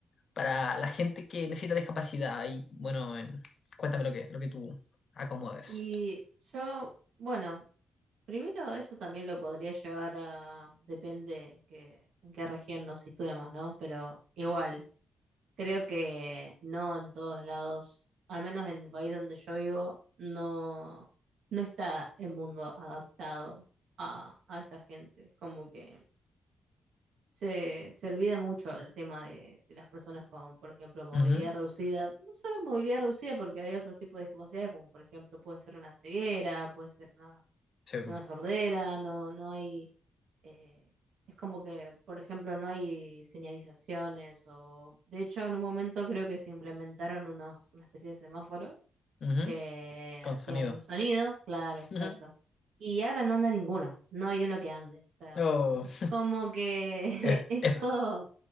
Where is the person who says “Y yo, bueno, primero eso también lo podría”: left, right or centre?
Right